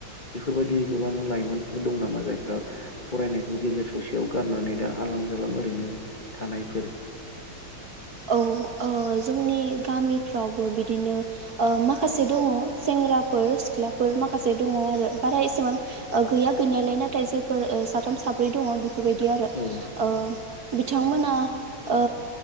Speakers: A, on the left; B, on the right.
A: बेफोरबायदि गोबां लाइमोनफोर दं नामा जायफ्रा फरायनायखौ गेजेर ससेयाव गारनानै दा आल जालां ओरैनो थानायफोर।
B: औ ओ जोंनि गामिफ्रावबो बिदिनो ओ माखासे दङ सेंग सेंग्राफोर सिख्लाफोर माखासे दङ आरो बारा एसेबां ओ गैया गैनायालाय नाथाय जेबो ओ सा साथाम साब्रै दङ बेफोरबायदि आरो
A: औ
B: ओ बिथांमोना ओ।